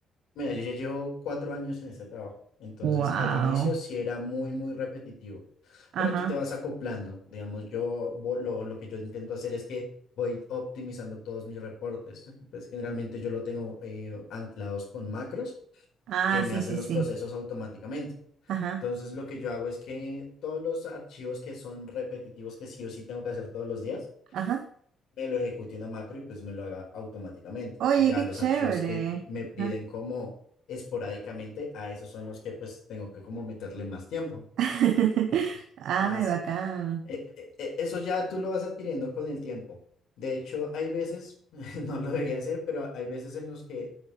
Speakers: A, on the left; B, on the right.
A: Mira, yo ya llevo cuatro años en este trabajo, entonces
B: Wow.
A: al inicio sí era muy, muy repetitivo,
B: Ajá.
A: pero tú te vas acoplando, digamos, yo vo- lo, lo que yo intento hacer es que voy optimizando todos mis reportes, <laughs> pues generalmente yo lo tengo eh, anclados con macros
B: Ah,
A: que me
B: sí,
A: hacen
B: sí,
A: los
B: sí.
A: procesos automáticamente.
B: Ajá.
A: Entonces lo que yo hago es que todos los archivos que son repetitivos, que sí o sí tengo que hacer todos los días,
B: Ajá.
A: me lo ejecute una macro y pues me lo haga automáticamente.
B: Oye,
A: Ya
B: qué
A: los
B: chévere.
A: archivos que me piden
B: Ajá.
A: como esporádicamente, a esos son los que pues tengo que como meterle más tiempo.
B: <laughs>
A: Entonces,
B: Ay,
A: es más,
B: bacán.
A: eh, eh, eh, eso ya tú lo vas adquiriendo con el tiempo. De hecho, hay veces, <laughs> no lo debería hacer, pero hay veces en los que